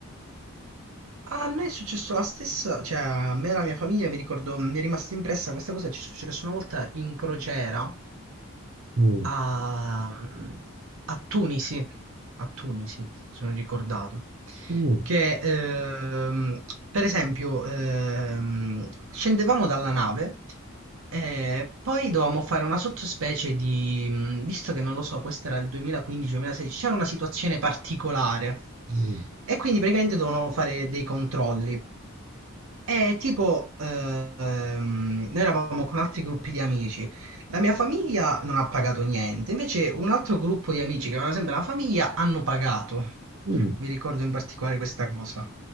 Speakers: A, on the right; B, on the right.
A: A me è successo la stessa, cioè a me e la mia famiglia, mi ricordo, mi è rimasta impressa questa cosa, ci è successo una volta in crociera,
B: Mm,
A: a, mh, a Tunisi, a Tunisi, sono ricordato,
B: mm,
A: che ehm, per esempio ehm, scendevamo dalla nave e poi dovevamo fare una sottospecie di, mh, visto che non lo so, questo era il 2015-2016, c'era una situazione particolare
B: mm,
A: e quindi praticamente dovevamo fare dei controlli. E tipo, ehm, noi eravamo con altri gruppi di amici la mia famiglia non ha pagato niente, invece un altro gruppo di amici che avevano sempre la famiglia hanno pagato.
B: mm.
A: Mi ricordo in particolare questa cosa,